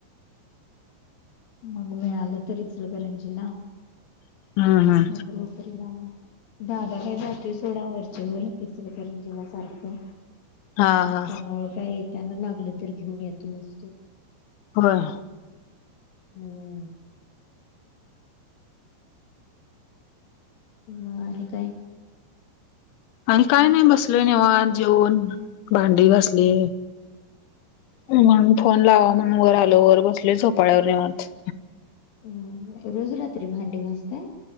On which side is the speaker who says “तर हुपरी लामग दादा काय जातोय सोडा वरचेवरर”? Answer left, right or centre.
Left